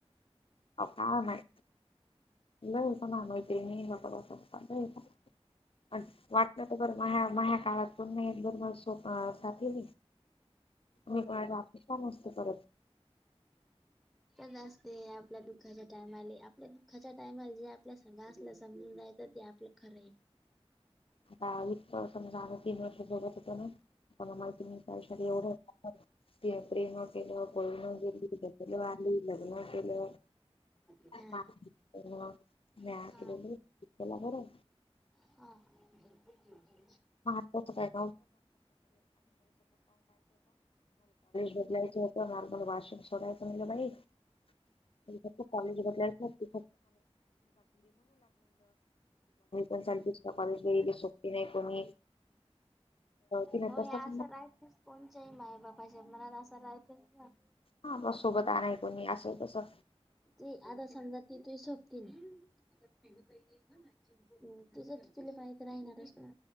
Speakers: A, on the left; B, in the centre.
A: आ.. व काय माहित लय दिवसांनी आंघोळ केली मी <unintelligible> वाटलं तर बरं म्या.. माझ्या काळात पण नाही बर हा.. जाते मी, <inaudible> पण असते परत
B: ह <inaudible> असच असते आपल्या दुःखाच्या टायमाले आपल्या दुःखाच्या टायमाला जे आपल्या संग आसल समजून जायचं ते आपल ते खर है.
A: हा इतक समजा आम्ही तीन वर्ष बघत होतो ना, कुणाला माहित <unintelligible> ऐश्वर्य एवढं होताना, प्रेम होत. गेली पळून गेली, <inaudible> लग्न केल.. हो
B: हा.
A: म मी
B: हा
A: आता गेली तिला बर हे
B: हा <unintelligible>
A: <unintelligible> मला कॉलेज बदलायचं होतं, <unintelligible> <unintelligible> मम्मी <unintelligible> सोबती नाई कोणी? तिनं
B: हो,
A: तसं
B: या
A: पण
B: असं राहतेस कोणच्याही मायबापाच्या मनात असं राहतेस ना.
A: हा, बस सोबत आहे कोणी, असं-तसं,
B: ती आता समजा ती तुजी सोबतीन हाय <unintelligible> तुझ तर तुला माहित राहीणारच ना.